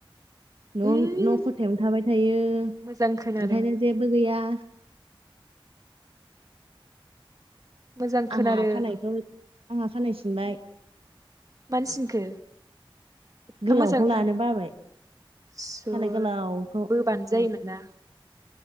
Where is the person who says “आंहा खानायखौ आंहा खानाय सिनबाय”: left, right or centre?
Right